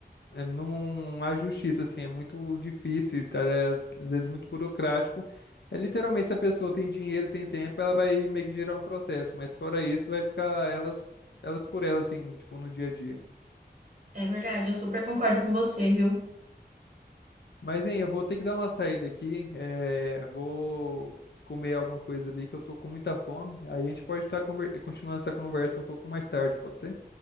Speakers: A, on the left; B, on the right.
A: é- é, não há justiça, assim, é muito difícil, tá? É, às vezes muito burocrático. É literalmente se a pessoa tem dinheiro, tem tempo, ela vai meio que gerar um processo, mas fora isso, vai ficar elas, elas por elas, assim, tipo, no dia a dia.
B: É verdade, eu super concordo com você, viu?
A: Mas, hein, eu vou ter que dar uma saída aqui. é, vou comer alguma coisa ali que eu tô com muita fome. Aí a gente pode estar continuando essa conversa um pouco mais tarde, pode ser?